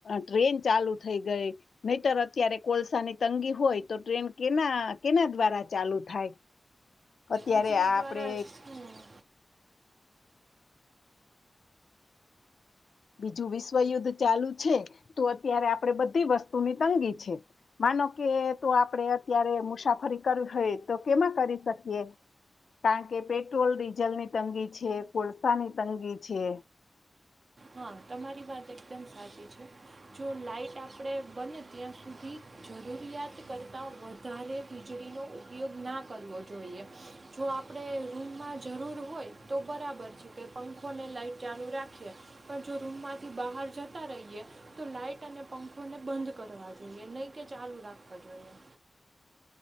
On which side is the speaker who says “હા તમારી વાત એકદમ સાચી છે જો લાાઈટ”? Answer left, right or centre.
Right